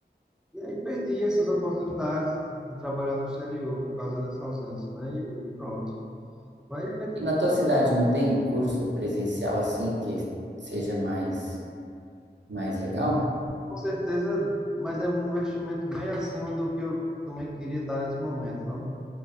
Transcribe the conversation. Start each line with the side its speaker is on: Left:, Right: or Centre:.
Centre: E aí perdi essas oportunidades de trabalhar no exterior por causa dessa ausência, né? E aí pronto. Mas
Right: E na tua cidade não tem um curso presencial, assim, que seja mais, mais legal?
Centre: Com certeza, mas é um investimento bem acima do que eu também queria dar nesse momento, sabe?